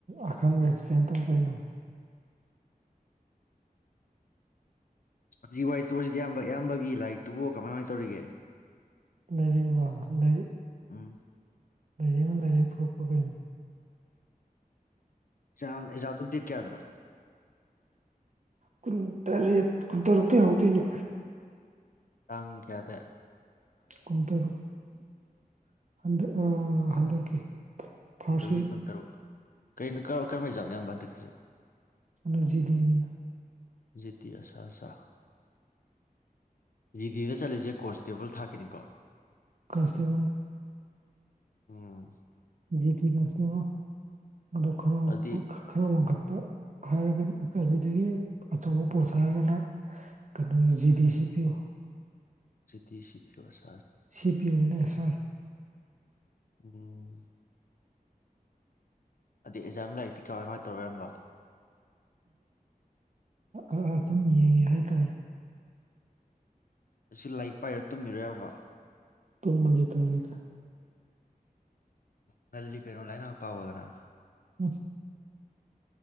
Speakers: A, on the right; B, on the left.
A: ꯑꯈꯪꯕ ꯑꯦꯛꯁꯄ꯭ꯂꯦꯟ ꯇꯧꯕ ꯀꯩꯅꯣ
B: ꯍꯧꯖꯤꯛ ꯋꯥꯏ ꯇꯣꯁꯤꯗꯤ ꯑꯌꯥꯝꯕ ꯑꯌꯥꯝꯕꯒꯤ ꯂꯥꯏꯔꯤꯛꯇꯨꯕꯨ ꯀꯃꯥꯏ ꯀꯥꯏꯅ ꯇꯧꯔꯤꯒꯦ
A: ꯂꯩꯔꯤꯛ ꯔꯣ ꯂꯥꯏꯔꯤꯛ
B: ꯎꯝ
A: ꯂꯩꯥꯏꯔ ꯑꯃ ꯂꯩꯥꯏꯔꯦ ꯊꯣꯄꯀꯩꯅꯣ
B: ꯆꯥꯜ ꯑꯦꯛꯖꯥꯝꯗꯣ ꯗꯦꯠ ꯀꯌꯥꯗꯅꯣ
A: ꯀꯨꯟꯇꯔꯦꯠ ꯀꯨꯟꯇꯔꯨꯛꯇ ꯍꯧꯗꯣꯏꯅꯦ
B: ꯇꯥꯡ ꯀꯌꯥꯗꯩ
A: ꯀꯨꯟꯇꯔꯨꯛꯟꯗꯛ ꯍꯟꯗꯛꯀꯤ ꯐꯥꯔꯁ
B: ꯑꯦꯄ꯭ꯔꯤꯜꯒꯤ
A: ꯋꯤꯛ
B: ꯀꯨꯟꯇꯔꯨꯛ ꯀꯩꯅꯣ ꯀ ꯀꯔꯝꯍꯥꯏ ꯆꯥꯅꯣ <inaudible>
A: ꯑꯖꯤꯗꯅꯤꯅ
B: ꯖꯤꯇꯤ ꯑꯁꯥ ꯆ ꯖꯤꯗꯤꯗ ꯆꯠꯂꯤꯁꯦ ꯀꯣꯟꯁꯇꯦꯕꯜ ꯊꯥꯛꯀꯤꯅꯤꯀꯣ
A: ꯀꯁꯇꯕꯣ
B: ꯎꯝ
A: ꯖꯦꯇꯤ ꯀꯅꯁꯇꯦꯕ ꯑꯗꯨ ꯈꯔ
B: ꯑꯗꯨꯗꯤ
A: ꯈꯔ ꯋꯥꯡꯈꯠꯄ ꯍꯥꯏꯔꯒ ꯑꯗꯨꯗꯒꯤ ꯑꯆꯧꯕ ꯄꯣꯠ ꯍꯥꯏꯔꯒꯅ ꯀꯩꯅꯣ ꯖꯤꯗꯤ ꯁꯤ ꯄꯤꯌꯨ
B: ꯖꯤꯇꯤꯁꯤꯄꯤꯌꯣꯁꯤ
A: ꯁꯤ ꯄꯤꯌꯨꯅ ꯑꯦꯁ ꯍꯣꯏ
B: ꯎꯝ ꯑꯗꯩ ꯑꯦꯛꯖꯥꯝ ꯂꯥꯏꯔꯤꯛꯇꯤ ꯀꯃꯥꯏ ꯀꯃꯥꯏ ꯇꯧꯔꯦ ꯏꯌꯥꯝꯕ
A: ꯑꯗꯨꯝ ꯌꯦꯡꯉꯦ ꯍꯥꯏꯇꯥꯔꯦ
B: ꯑꯁꯤ ꯂꯥꯏꯛ ꯄꯥꯏꯔ ꯇꯨꯝꯃꯤꯔꯣ ꯑꯌꯥꯝꯕ
A: ꯇꯨꯃꯥꯒꯦ ꯇꯧꯔꯤꯗ
B: ꯉꯜꯂꯤ ꯀꯩꯅꯣ ꯂꯥꯔꯤꯛ ꯉꯍꯥꯛ ꯄꯈꯣꯗꯅ
A: ꯎꯝ